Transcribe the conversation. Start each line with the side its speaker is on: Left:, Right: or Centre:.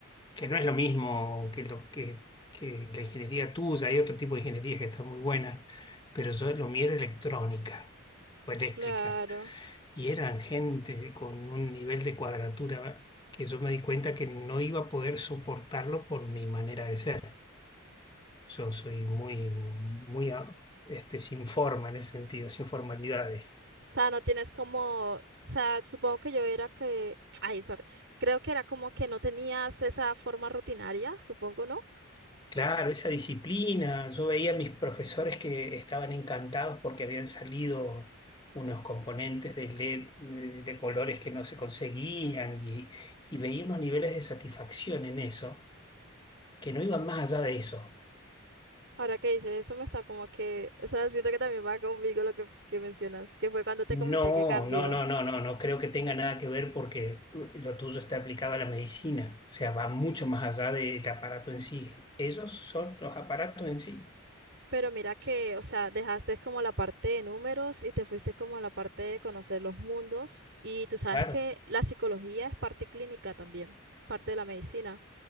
Left: que no es lo mismo que lo que, que la ingeniería tuya, hay otro tipo de ingenierías que están muy buenas, pero yo lo mío era electrónica o eléctrica.
Right: Claro.
Left: y eran gente con un nivel de cuadratura que yo me di cuenta que no iba a poder soportarlo por mi manera de ser. Yo soy muy, muy, a- este, sin forma en ese sentido, sin formalidades.
Right: O sea, no tienes como, o sea, supongo que yo era que, ay, sorry, creo que era como que no tenías esa forma rutinaria, supongo, ¿no?
Left: Claro, esa disciplina. Yo veía a mis profesores que estaban encantados porque habían salido unos componentes de LED de, de colores que no se conseguían y, y veía unos niveles de satisfacción en eso que no iban más allá de eso.
Right: Ahora que dices eso me está como que, o sea, siento que también va conmigo lo que, que mencionas, que fue cuando te
Left: No,
Right: comenté que cambié.
Left: no, no, no, no, no creo que tenga nada que ver porque uh, lo tuyo está aplicado a la medicina, o sea, va mucho más allá del aparato en sí. Ellos son los aparatos en sí.
Right: Pero mira que,
Left: S-
Right: o sea, dejaste como la parte de números y te fuiste como a la parte de conocer los mundos. Y tú sabes
Left: Claro,
Right: que la psicología es parte clínica también, parte de la medicina.